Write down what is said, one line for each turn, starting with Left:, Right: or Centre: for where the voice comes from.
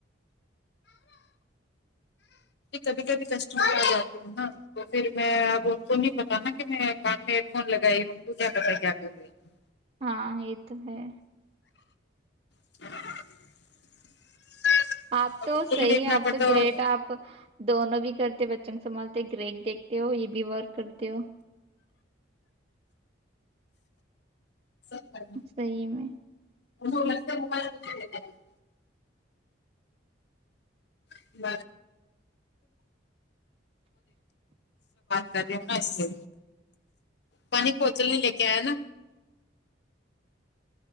Left: کبھی کبھی کسٹمر آ جاتے ہیں نا تو پھر میں اب ان کو نہیں پتا نا کہ میں کان میں ہیڈ فون لگائی ان کو کیا پتا کیا کر رہی ہے
Right: ہاں یہ تو ہے
Left: <unintelligible>
Right: آپ تو
Left: ان
Right: صحیح
Left: کو بھی دیکھنا
Right: ہے آپ
Left: پڑتا
Right: تو گریٹ
Left: ہوگا،
Right: آپ دونوں بھی کرتے بچوں کو سنبھالتے گریک دیکتے ہو یہ بھی ورک کرتے ہو
Left: صحیح بات
Right: صحیح میں
Left: <unintelligible> <unintelligible> کر رہی ہو نا ایسے پانی کو اکیلے لے کے آیا نا